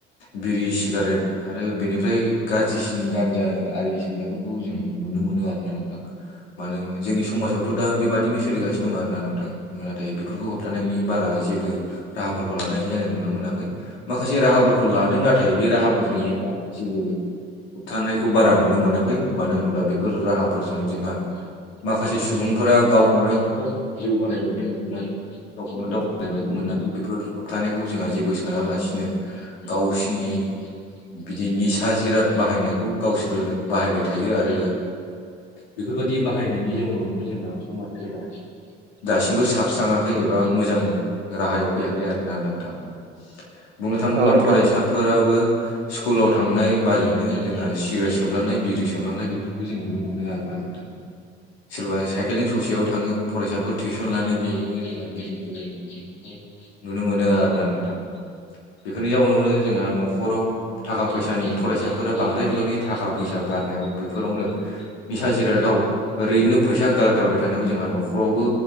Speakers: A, on the left (about 75°); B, on the right (about 80°).
A: बिरि सिगारेट आरो बेनिफ्राय गाज्रिसिन गानजा आरि सोमनायफोरखौ जों नुनो मोनो आरोना नोंथां। मानो जोंनि समाजावथ' दा बेबादिनो सोलिगासिनो दं आर ना नोंथां। नाथाय फोरफोरखौ होबथानायनि बारा जेबो राहाफोरखौ लानाय जानाय नुनो मोनाखै। माखासे राहाफोरखौ लादों नाथाय बे राहाफोरनि जोंहा जेबो होबथानायखौ बारा नुनो मोनाखै मानो होनोब्ला बेफोर राहाफोरजों जोंहा माखासे सुबुंफोरा गावखौनो खोब जौगानाय बादि नुनानै गावखौनो दावगानाय बायदि मोननानै बेफोर होबथानायखौ जोंहा जेबो सानालासिनो गावसिोरनि बिदि निसा जिराद बाहायनायखौ गावसोरो बाहायबाय थायो आरो। बेफोरबायाददि बाहायनायनि जाउनावनो जोंना समाजफोरा दासिमबो साबस्राङाखै। एबा मोजां राहायाव फैयाखै आरोना नोंथां। बुंनो थाङोब्ला
B: औ नोंथां
A: फरायसा
B: औ
A: फोराबो स्कुलाव थांनाय बाजैनो जोंहा सिगारेट सोबलांनाय बिरि सोबलांनाय बेफोरखौ जों नुनो मोनो आरो ना
B: <inaudible>
A: नोंथां। सोरबा साइकलिं ससेयाव थाङो फरायसाफोर टिउसन लानो बेयावबो जोङो बिरि सिगारेट सोबनाय नुनो मोनो आर ना नोंथां। बेफोरनि जाउनावनो जोंहा न'खराव थाखा फैसानि फरायसाफोरा बांद्राय बिबांनि थाखा फैसा गारनायाव बेफोरावनो निसा जिरादाव ओरैनो फैसा गारगारबाय थानायाव जोंहा न'खरावबो